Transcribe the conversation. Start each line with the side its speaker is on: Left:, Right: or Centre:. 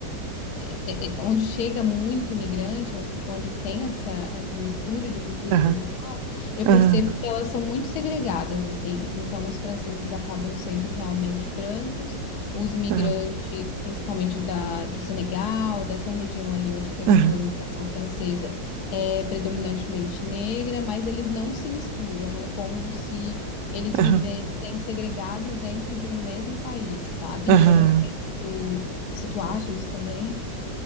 Left: é- é- é, onde chega muito imigrante, onde, onde tem essa, essa mistura de culturas
Right: uhum.
Left: ali e tal, eu
Right: Aham,
Left: percebo que elas são muito segregadas, assim. Então, os franceses acabam sendo realmente brancos, os imigrantes,
Right: aham,
Left: principalmente da, do Senegal, dessa região ali onde teve
Right: aham,
Left: a colonização francesa, é predominantemente negra, mas eles não se misturam, é como se eles vivessem
Right: aham,
Left: segregados dentro de um mesmo país, sabe?
Right: aham.
Left: Eu não sei se tu, se tu acha isso também.